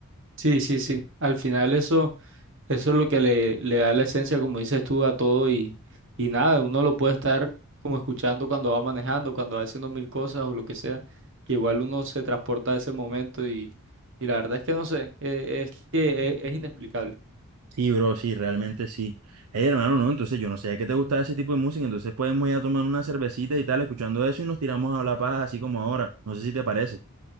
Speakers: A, on the right (about 55°); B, on the right (about 80°).
A: sí, sí, sí. Al final eso, eso es lo que le, le da la esencia, como dices tú, a todo y, y nada, uno lo puede estar como escuchando cuando va manejando, cuando va haciendo mil cosas o lo que sea, que igual uno se transporta a ese momento y, y la verdad es que no sé, eh, es que es, es inexplicable.
B: Sí, bro, sí, realmente sí. Hey, hermano, no, entonces yo no sé que te gustaba ese tipo de música, entonces podemos ir a tomar una cervecita y tal, escuchando eso y nos tiramos a hablar paja así como ahora. No sé si te parece.